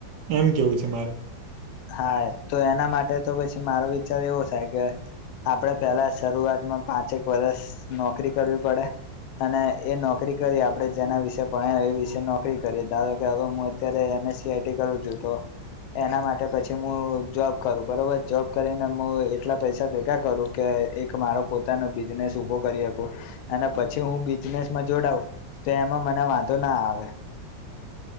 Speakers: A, on the right; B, on the left.
A: એમ કેવું છે મારું.
B: હા તો એના માટે તો પછી મારો વિચાર એવો થાય કે. આપડે પેલા શરૂઆતમાં પાંચેક વરષ નોકરી કરવી પડે અને એ નોકરી કરી આપડે જેના વિશેે ભણય એ વિશે નોકરી કરીએ ધારો કે હવેું અત્યારે સીઆઈટી કરું છું તો એના માટે ને પછી મુ જોબ કરું બરોબર જોબ કરીનેું મુ એટલા પૈસા ભેગા કરું કે એક મારા પોતાનો બિઝનેસ ઉભો કરી હકુ અને પછી હું બિનેસમાં જોડાવ તો એમાં મને વાંધો ના આવે.